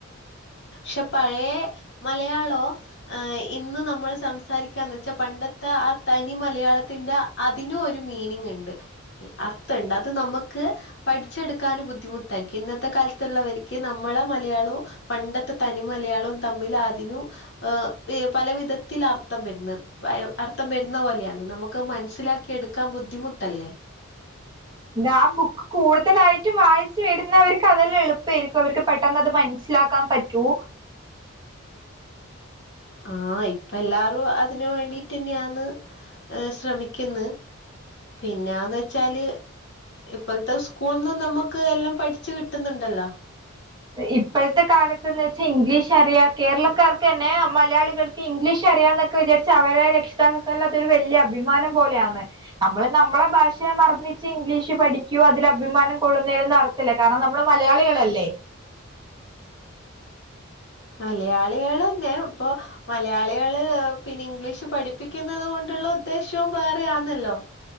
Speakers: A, on the left; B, on the right.
A: ഷെ പഴേ മലയാളോ ആ ഇന്ന് നമ്മള് സംസാരിക്കാന്ന് ച്ചാ പണ്ടത്തെ ആ തനി മലയാളത്തിന്റെ അതിനു ഒരു മീനിങ്ങ്ണ്ട് അർത്ഥണ്ട് അത് നമ്മക്ക് പഠിച്ചെട്ക്കാനു ബുദ്ധിമുട്ടായിരിയ്ക്കും. ഇന്നത്തെ കാൽത്ത്ള്ളവര്ക്ക് നമ്മളെ മലയാളും പണ്ട ത തനി മലയാളും തമ്മില് അതിനും ഏ ഈ പല വിധത്തിലർത്ഥം വെര്ന്നത്. <unintelligible> അർത്ഥം വെര്ന്ന പോലെയാണ് നമുക്കയ് മൻസിലാക്കി എട്ക്കാൻ ബുദ്ധിമുട്ടല്ലേ
B: ദാ ആ ബുക്ക് കൂട്തലായിട്ടും വായിച്ചു വെരുന്നവർക്ക് അതെല്ലെ എളുപ്പേരിക്കും. അവർക്ക് പെട്ടെന്ന് അത് മനസി സിലാക്കാൻ പറ്റൂ
A: ആഹ് ഇപ്പല്ലാരും അതിന് വേണ്ടിട്ട്ന്നെയാന്ന് ശ്രമിയ്ക്ക്ന്ന് പിന്ന്യാന്നെച്ചാല് ഇപ്പൾത്തെ സ്കൂൾന്നും നമ്മുക്ക് എല്ലം പഠിച്ച് കിട്ട്ന്ന്ണ്ടല്ലോ
B: ഇപ്പഴത്തെ കാലത്ത്ന്ന് വെച്ചാ ഇംഗ്ലീഷ് അറിയാം കേരളക്കാർക്കെന്നെ മലയാളികൾ ഇംഗ്ലീഷ് അറിയാന്നൊക്കെ വിചാരിച്ച് അവരെ രക്ഷിതാക്കൾക്കെല്ലാ അതൊരു വെല്യ അഭിമാനം പോലെയാന്ന്. നമ്മള് നമ്മളെ ഭാഷ്യെ മറന്നിച്ച് ഇംഗ്ലീഷ് പഠിക്ക്യോ അതിലഭിമാനം കൊള്ള്ന്ന <unintelligible> തില്ല. കാര്ണം നമ്മള് മലയാളികളല്ലേ
A: മലയാളികളെന്നെ പ്പൊ മലയാളികള് പിന്നെ ഇംഗ്ലീഷ് പഠിപ്പിയ്ക്കുന്നത് കൊണ്ടുള്ള ഉദ്ദേശ്യവും വേറെയാന്നല്ലോ.